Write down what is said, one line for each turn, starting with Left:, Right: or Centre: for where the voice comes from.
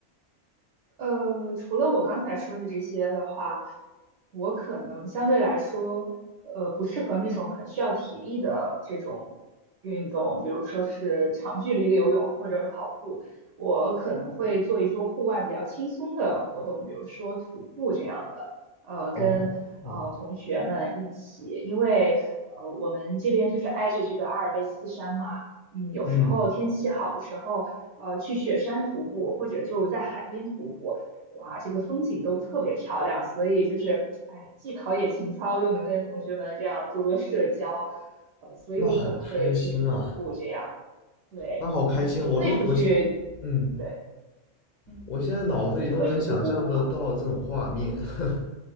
Right: 呃，除了我刚才说的这些的话，我可能相对来说，呃，不适合那种很需要体力的这种运动，比如说是长距离的游泳或者跑步。我可能会做一做户外比较轻松的活动，比如说徒步这样的，呃，
Left: 哦哦，
Right: 跟呃同学们一起，因为呃我们这边就是挨着这个阿尔卑斯山嘛。嗯，有时候天气好的时候，
Left: 嗯，
Right: 呃，去雪山徒步或者就在海边徒步，哇，这个风景都特别漂亮。所以就是，哎，既陶冶情操，又能跟同学们这样做做社交，呃，所以我可能会出去徒步这样。
Left: 那好开心啊，
Right: 对，
Left: 那好开心，
Right: 你会出去，
Left: 我都我现在嗯，
Right: 对，嗯，
Left: 我现在脑子里都能想象得到这种画面。
Right: 你你会出去徒步吗？
Left: <laughs>